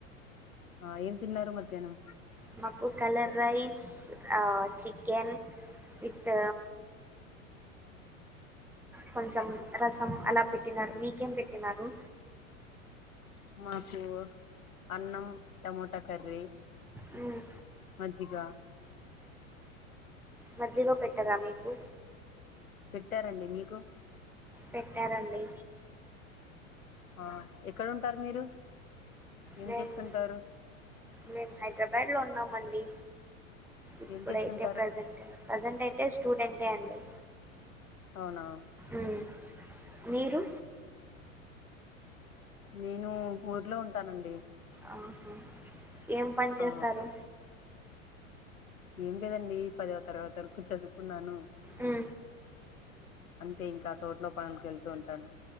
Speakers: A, on the left (about 85°); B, in the centre.
A: ఆ ఏం తిన్నారు మధ్యాహ్నం
B: మాకు కలర్ రైస్ ఆ చికెన్ విత్
A: <inaudible>
B: కొంచెం రసం అలా పెట్టినారు మీకేం పెట్టినారు
A: మాకు అన్నం టమోటా కర్రీ
B: మ్మ్.
A: మజ్జిగ
B: మజ్జిగ పెట్టరా మీకు
A: పెట్టారండి మీకు
B: పెట్టారండి
A: ఆ ఎక్కడ ఉంటారు మీరు ఏం
B: మేము
A: చేస్తుంటారు
B: మేము హైదరాబాద్లో ఉన్నామండి ఇప్పుడైతే
A: ఏం చేస్తుంటారు
B: ప్రజెంట్ ప్రజెంట్ అయితే స్టూడెంటే అండి
A: అవునా
B: ఉమ్ మీరు
A: నేను ఊర్లో ఉంటానండి
B: ఆహా ఏం పని చేస్తారు
A: ఆ ఏం లేదండి పదవ తరగతి వరకు చదువుకున్నాను.
B: ఉ
A: అంతే ఇంకా తోట్లో పనులకి వెళ్తూ ఉంటాను